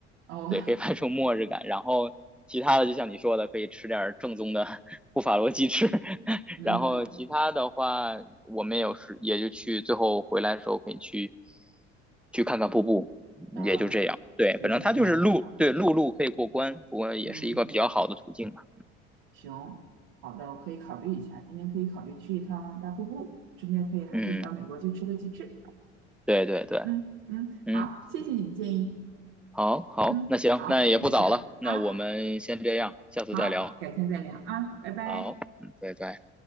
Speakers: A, on the right; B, in the centre.
A: 哦，
B: 对，可以拍出末日感。然后其他的，就像你说的，可以吃点正宗的 <laughs> 布法罗鸡翅。<laughs>
A: <laughs> 嗯
B: 然后其他的话，我们有时也就去，最后回来的时候可以去去看看瀑布，
A: 嗯啊，
B: 也就这样。对，
A: 也就这样是吧？
B: 反正它就是陆，对，陆路可以过关，不过也是一个比较好的途径吧。
A: 嗯。行，好的，我可以考虑一下，今天可以考虑去一趟大瀑布，顺便可以还可以到美国去吃个鸡翅。
B: 嗯，对对对，
A: 嗯嗯，
B: 嗯，
A: 好，谢谢你的建议。
B: 好好，
A: 嗯，
B: 那行，
A: 好，
B: 那也不早了，
A: 那这样啊，
B: 那我们先这样，下次再聊。
A: 好，改天再聊啊，拜拜。
B: 好，嗯，拜拜。